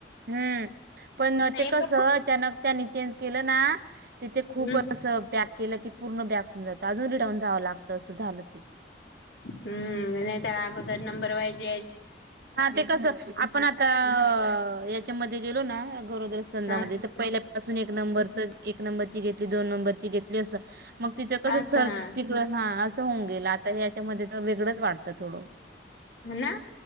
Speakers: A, on the right (about 60°); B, on the left (about 70°).
A: हम्म पण ते
B: एक
A: कसं अचानक त्यानी चेंज केलं ना तिथे खूप
B: हं,
A: असं बॅक केलं की पूर्ण बॅक होऊन जातं अजून रिटर्न जावं लागतं असं झालं ते
B: हम्म नाही तरला अगोदर नंबर वायज
A: हा ते कस आपण आता याच्यामध्ये गेलो ना गरोदरी सधामध्ये
B: हां,
A: ते पहि ून एक नंबरच नंबरची दोन नंबरची घेतली अस मग तिच कस
B: असं
A: सर
B: हां.
A: तड हा अस होऊन गेलता याच्यामध्ये वेगळंच वाटतं थोडं
B: ना